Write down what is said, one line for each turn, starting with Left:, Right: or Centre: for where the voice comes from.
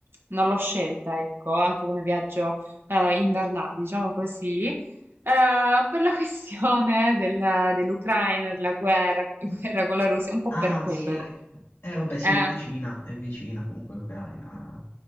Right: non l'ho scelta, ecco, anche come viaggio eh, invernale, diciamo così. Eh, per la <laughs> questione della- dell'Ucraina, della guerra, <laughs> guerra con la Russia, un po'
Left: Ah,
Right: per quello.
Left: sì.
Right: in
Left: Eh, vabbè, sì,
Right: realtà.
Left: è vicina,
Right: Eh,
Left: è vicina comunque l'Ucraina.